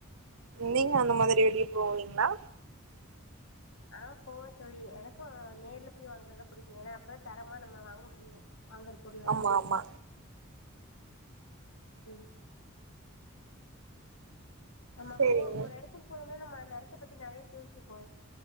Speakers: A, on the right (about 85°); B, on the left (about 75°).
A: நீங்க அந்த மாதிரி வெளிய போவீங்ளா
B: ஆ போவோ தோழி எனக்கு நேர்ல போய் வாங்குறதா புடிக்கு ஏன்னா அப்பதா தரமா நம்ம வாங்க முடியு வாங்குற பொருள
A: ஆம்மா ஆம்மா
B: ம் நம்ம
A: சேரிங்க
B: இப்போ ஒரு எடத்துக்கு போனோனா நம்ம அந்த எடத்த பத்தி நெறைய தெரிஞ்சுப்போ